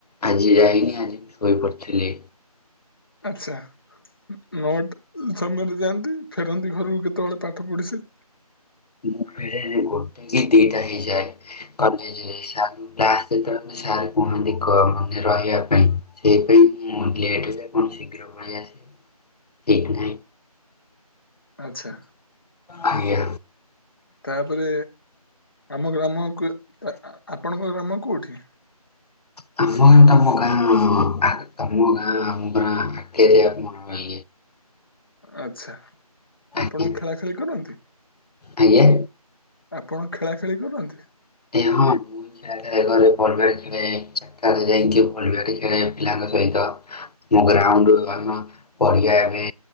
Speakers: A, on the left (about 85°); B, on the left (about 35°).
A: ଆଜି ଯାଇନି ଆଜି ମୁ ଶୋଇ ପଡିଥିଲି
B: ଆଛା ନଅଟା ସମୟରେ ଯାଆନ୍ତି ଫେରନ୍ତି ଘରକୁ କେତେବେଳେ ପାଠ ପଢ଼ିସି
A: ମୁଁ ଫେରେରେ ଗୋଟେ କି ଦିଟା ହେଇଯାଏ କଲେଜ ରେ ସାର୍ ଙ୍କୁ ଯେତେବେଳେ ସାର୍ କୁହନ୍ତି ରହିବା ପାଇଁ ସେଇଥିପାଇଁ ମୁଁ ଲେଟ ରେ ଶୀଘ୍ର ପାଲେଇଆସେ ଠିକ୍ ନାହିଁ
B: ଆଚ୍ଛା
A: ଆଜ୍ଞା
B: ତାପରେ ଆମ ଗ୍ରାମ ଆପଣଙ୍କ ଗ୍ରାମ କୋଉଠି
A: ହ ଆମ ତମ ଗାଁ ତମ ଗାଁ ଆମ ଗାଁ ପାଖିରେ ଆମ ଗାଁ
B: ଆଛା
A: ଆଜ୍ଞା
B: ଆପଣ ଖେଳା ଖେଳି କରନ୍ତି
A: ଆଜ୍ଞା।
B: ଆପଣ ଖେଳା ଖେଳି କରନ୍ତି
A: ଏ ହଁ ଖେଳେ ବଲ୍ ବ୍ୟାଟ ଖେଳେ ଚାରିଟା ବେଳେ ଯାଇକି ବଲ୍ ବ୍ୟାଟ ଖେଳେ ପିଲାଙ୍କ ସହିତ। ମୋ ଗ୍ରାଉଣ୍ଡୁ ଆମ ପଡିଆ ରେ